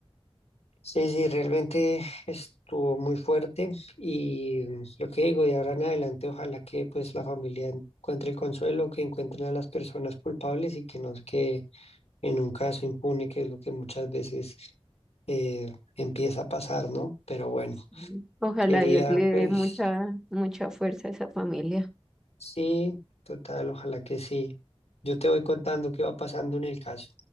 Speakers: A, on the left (about 80°); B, in the centre.
A: sí, sí, realmente estuvo muy fuerte y mm, lo que digo de ahora en adelante, ojalá que pues la familia encuentre el consuelo, que encuentren a las personas culpables y que no se quede en un caso impune, que es lo que muchas veces eh, empieza a pasar, ¿no? Pero bueno,
B: Sí. Ojalá
A: quería
B: Dios le
A: pues
B: dé mucha, mucha fuerza a esa familia.
A: sí, total, ojalá que sí. Yo te voy contando qué va pasando en el caso.